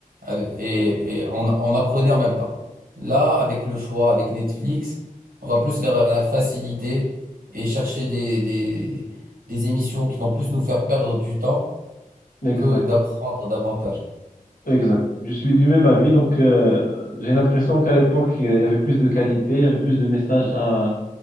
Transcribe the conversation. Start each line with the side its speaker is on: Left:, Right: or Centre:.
Right: euh, et, et on, on apprenait en même temps. Là, avec le choix, avec Netflix, on va plus vers la facilité et chercher des, des, des émissions qui vont plus nous faire perdre du temps
Left: Exact,
Right: que d'apprendre davantage.
Left: exact. Je suis du même avis, donc euh, j'ai l'impression qu'à l'époque, euh, il y avait plus de qualité, il y avait plus de messages à,